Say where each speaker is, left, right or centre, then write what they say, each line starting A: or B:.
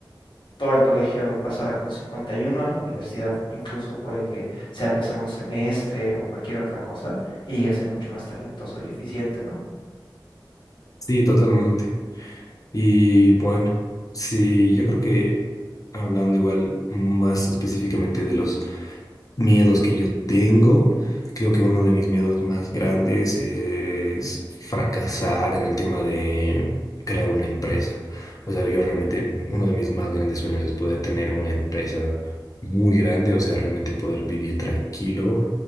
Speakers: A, on the left; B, on the left.
A: todo el colegio pasara con 51 a la universidad incluso puede que se aplazara un semestre o cualquier otra cosa y es mucho más talentoso y eficiente, ¿no?
B: Sí, totalmente. Y bueno, sí, yo creo que hablando igual más específicamente de los Miedos que yo tengo, creo que uno de mis miedos más grandes es fracasar en el tema de crear una empresa. O sea, yo realmente, uno de mis más grandes sueños es poder tener una empresa muy grande, o sea, realmente poder vivir tranquilo,